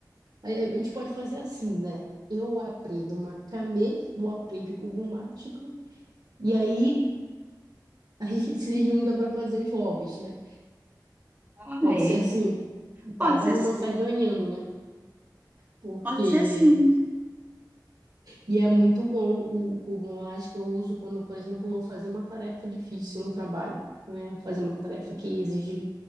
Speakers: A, on the right (about 65°); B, on the right (about 20°).
A: Aí A gente pode fazer assim, né? Eu aprendo macramê, tu aprende o cubo mágico, e aí a gente <laughs> se junta para fazer os hobbies, né?
B: Ah,
A: Pode
B: é.
A: ser assim.
B: Pode
A: Cada
B: ser
A: uma
B: sim.
A: sai ganhando, né? Porque.
B: Pode ser sim.
A: E é muito bom o cubo mágico. Eu uso quando, por exemplo, vou fazer uma tarefa difícil no trabalho, né? Vou fazer uma tarefa que exige.